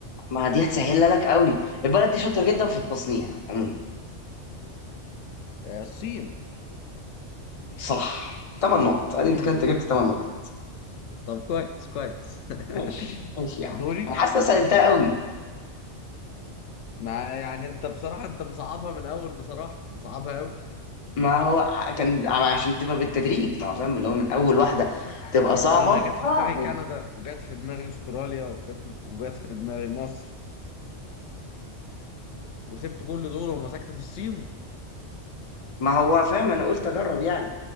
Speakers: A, on the left; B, on the left.
A: ما دي هتسهلها لك قوي البلد دي شاطرة جدا في التصنيع عموما
B: آه، الصين
A: صح ثمان نقط ادي
B: <laughs>
A: انت كنت جبت ثمان نقط
B: طب كويس كويس
A: ماشي
B: <laughs>
A: ماشي يا عم
B: دوري
A: انا حاسس إن أنا سهلتها قوي
B: ما يعني انت بصراحة انت مصعبها من الاول بصراحة مصعبها قوي
A: ما هو ع- كان ع- عشان تبقى بالتدريج ما هو فاهم اللي هو من اول واحده تبقى صعبه
B: يعني انا جت في
A: اه
B: دماغي كندا وجت في دماغي استراليا وجت وجت في دماغي مصر وسبت كل دول ومسكت في الصين
A: ما هو فاهم انا قلت اجرب يعني